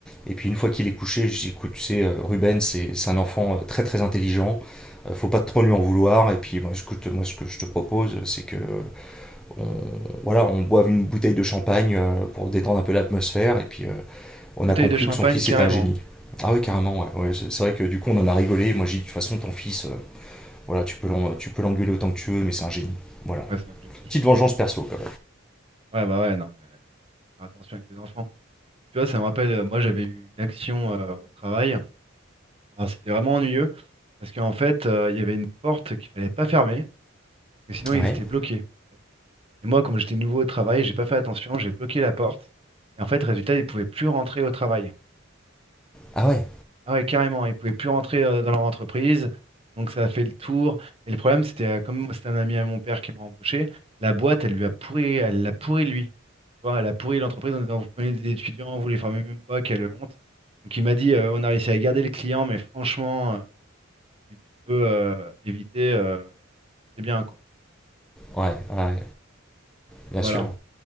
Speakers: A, in the centre; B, on the right (about 30°).
A: et puis une fois qu'il est couché, je dis écoute tu sais euh, Ruben c'est c'est un enfant euh, très très intelligent, euh, faut pas trop lui en vouloir, et puis moi écoute moi ce que je te propose c'est que on, voilà on boive une bouteille de champagne euh, pour détendre un peu l'atmosphère, et puis euh, on
B: Bouteille
A: a conclu
B: de champagne,
A: que son fils
B: carrément.
A: était un génie. Ah oui carrément ouais, ouais, c'est c'est vrai que du coup on en a rigolé, moi j'ai dit de toute façon ton fils euh, voilà, tu peux tu peux l'engueuler autant que tu veux, mais c'est un génie. Voilà.
B: Ouais, c'est un génie.
A: Petite vengeance perso quand
B: Ouais, bah ouais, non. Faire attention avec les enfants. Tu vois, ça me rappelle, euh, moi j'avais eu une action euh, au travail. Alors c'était vraiment ennuyeux parce qu'en fait, euh, il y avait une porte qu'il fallait pas fermer parce que sinon ils
A: même. Ouais.
B: étaient bloqués. Et moi, comme j'étais nouveau au travail, j'ai pas fait attention, j'ai bloqué la porte. Et en fait, résultat, ils pouvaient plus rentrer au travail.
A: Ah ouais.
B: Ah ouais, carrément, ils pouvaient plus rentrer euh, dans leur entreprise, donc ça a fait le tour. Et le problème, c'était euh, comme c'était un ami à mon père qui m'a embauché, la boîte, elle lui a pourri, elle l'a pourri lui. Tu vois, elle a pourri l'entreprise en disant, vous prenez des étudiants, vous les formez même pas, quelle honte. Donc il m'a dit, euh, on a réussi à garder le client, mais franchement, euh, tu tu peux euh, éviter, euh, c'est bien quoi.
A: Ouais, ouais, bien
B: Voilà.
A: sûr.